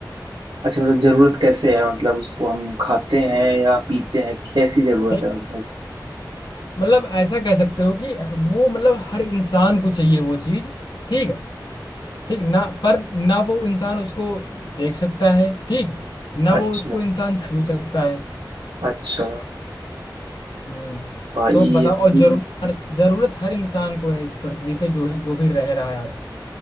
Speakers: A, on the right; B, on the left.
A: अच्छा मतलब जरूरत कैसे है मतलब उसको हम खाते
B: हाँ,
A: हैं या पीते हैं कैसी जरूरत
B: नहीं,
A: है मतलब
B: मतलब ऐसा कह सकते हो कि वो मतलब हर इंसान को चाहिए वो चीज ठीक है ठीक ना पर ना वो इंसान उसको देख सकता है ठीक ना
A: अच्छा
B: वो उसको इंसान छू सकता है
A: अच्छा
B: हम्म
A: भाई
B: तो बताओ
A: ऐसी
B: और जरूरत हर जरूरत हर इंसान को है इस पृथ्वी पे जो जो भी रह रहा है आज